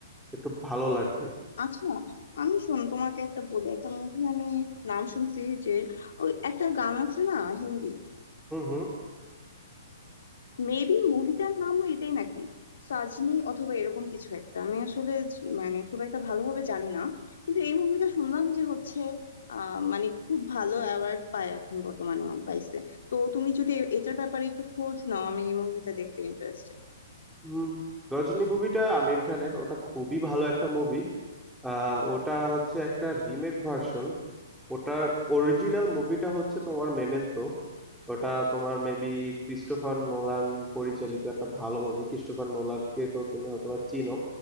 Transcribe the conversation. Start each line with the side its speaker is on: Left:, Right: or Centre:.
Centre: একটু ভালো লাগবে
Left: আচ্ছা আমি শোন তোমাকে একটা বলি একটা মুভি আমি নাম শুনছি যে ওই একটা গান আছে না হিন্দি
Centre: হুম হুম
Left: মেবি মুভিটার নামও এটাই নাকি সাজনি অথবা এরকম কিছু একটা আমি আসলে জ- মানে খুব একটা ভালোভাবে জানি না কিন্তু এই মুভিটা শুনলাম যে হচ্ছে আহ মানে খুব ভালো অ্যাওয়ার্ড পায় এখন বর্তমানে পাইছে তো তুমি যদি এ- এটার ব্যাপারে একটু খোঁজ নাও আমি এই মুভিটা দেখতে ইন্টারেস্টেড
Centre: হুম গজনী মুভিটা আমির খানের ওটা খুবই ভালো একটা মুভি আহ ওটা হচ্ছে একটা রিমেক ভার্সন ওটার অরিজিনাল মুভিটা হচ্ছে তোমার মেমেন্টো ওটা তোমার মেবি ক্রিস্টোফার নোলান পরিচালিত একটা ভালো মুভি ক্রিস্টোফার নোলানকে তো তুমি হয়তোবা চিনো